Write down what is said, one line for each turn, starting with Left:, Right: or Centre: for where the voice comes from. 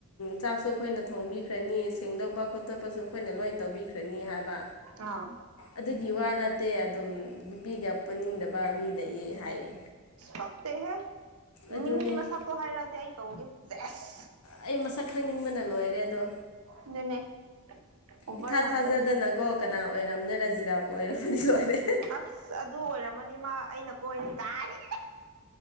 Left: ꯆꯥꯛꯁꯨ ꯑꯩꯈꯣꯏꯅ ꯊꯣꯡꯕꯤꯈ꯭ꯔꯅꯤ ꯁꯦꯡꯗꯣꯛꯄ ꯈꯣꯠꯇ ꯑꯇꯣꯞꯄꯁꯨ ꯑꯩꯈꯣꯏꯅ ꯂꯣꯏꯅ ꯇꯧꯕꯤꯈ꯭ꯔꯅꯤ ꯍꯥꯏꯕ
Right: ꯑꯥ
Left: ꯑꯗꯨꯒꯤ ꯋꯥ ꯅꯠꯇꯦ ꯑꯗꯨꯝ ꯅꯨꯄꯤꯒ ꯄꯨꯟꯅꯤꯡꯗꯕ ꯃꯤ ꯂꯩꯌꯦ ꯍꯥꯏꯌꯦ
Right: ꯀꯛꯇꯦꯍꯦ
Left: ꯑꯗꯨꯅꯦ
Right: ꯃꯤꯅꯤ ꯃꯁꯛꯇꯣ ꯍꯥꯏꯔꯛꯑꯗꯤ ꯑꯩ ꯇꯧꯒꯦ ꯑꯦꯁ
Left: ꯑꯩ ꯃꯁꯛ ꯈꯪꯅꯤꯡꯕꯅ ꯂꯣꯏꯔꯦ ꯑꯗꯣ
Right: ꯑꯗꯨꯅꯦ ꯑꯣꯚꯔ
Left: ꯏꯊꯥ
Right: ꯌꯥꯝ
Left: ꯊꯥꯖꯗꯅꯀꯣ
Right: ꯆꯠꯂꯦ
Left: ꯀꯅꯥ ꯑꯣꯏꯔꯝꯅ ꯔꯥꯖꯤꯔꯥꯞꯀ ꯑꯣꯏꯔꯝꯃꯗꯤ ꯂꯣꯏꯔꯦ
Right: ꯑꯁ ꯑꯗꯨ ꯑꯣꯏꯔꯝꯃꯅꯤ ꯃꯥ ꯑꯩꯅ ꯀꯣꯏꯔꯦ ꯇꯥꯔꯦ